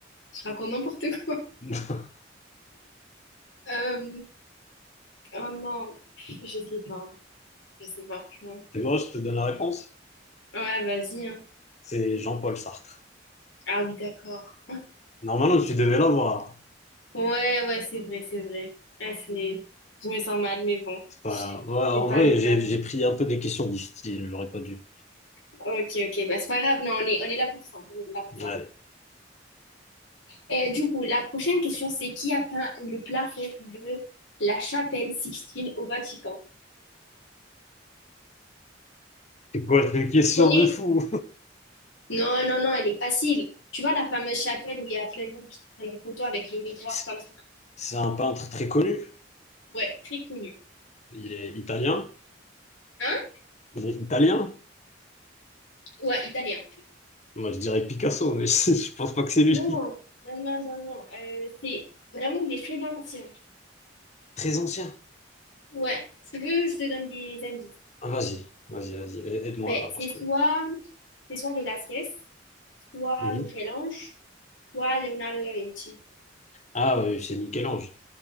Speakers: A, on the left (about 80°); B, on the left (about 35°).
A: Je raconte n'importe quoi.
B: <laughs>
A: Euh, oh non, je sais pas. Je sais pas, franchement.
B: Tu vois, je te donne la réponse.
A: Ouais, vas-y, hein.
B: C'est Jean-Paul Sartre.
A: Ah oui, d'accord.
B: Normalement, tu devais l'avoir.
A: Ouais, ouais, c'est vrai, c'est vrai. Ah, c'est... Je me sens mal, mais bon.
B: C'est Ouais, en
A: C'est pas
B: vrai,
A: grave.
B: j'ai j'ai pris un peu des questions difficiles, j'aurais pas dû.
A: Ok, ok, bah, c'est pas grave. Non, on est, on est là pour ça. On est là pour
B: Ouais.
A: ça. Et du coup, la prochaine question, c'est qui a peint le plafond de la chapelle Sixtine au Vatican?
B: C'est quoi, c'est une question
A: Connais?
B: de fou?
A: Non, non, non, elle est facile. Tu vois la fameuse chapelle où il y a plein de gens qui prennent une photo avec le miroir
B: <laughs> C'est
A: comme ça?
B: c'est un peintre très connu.
A: Ouais, très connu.
B: Il est italien.
A: Hein?
B: Il est italien?
A: Ouais, italien.
B: Moi, je dirais Picasso, mais <laughs> je, je pense pas que c'est lui.
A: Non, non, non, non, non. euh, c'est vraiment, il est très ancien.
B: Très ancien.
A: Ouais, si tu veux, je te donne des indices.
B: Ah, vas-y, vas-y, vas-y, a- aide-moi,
A: Ben,
B: là,
A: c'est
B: parce que...
A: soit, c'est soit Velázquez, soit
B: Mhm.
A: Michel-Ange, soit Leonardo da Vinci.
B: Ah, oui, c'est Michel-Ange.